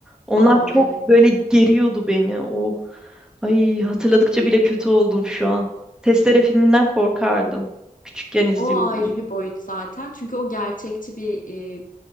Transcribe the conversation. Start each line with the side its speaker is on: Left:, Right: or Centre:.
Centre: Onlar
Left: Aa
Centre: çok
Left: evet
Centre: böyle geriyordu beni. O ay hatırladıkça bile kötü oldum şu an. Testere filminden korkardım. Küçükken izliyordum.
Left: o ayrı bir boyut zaten çünkü o gerçekçi bir e,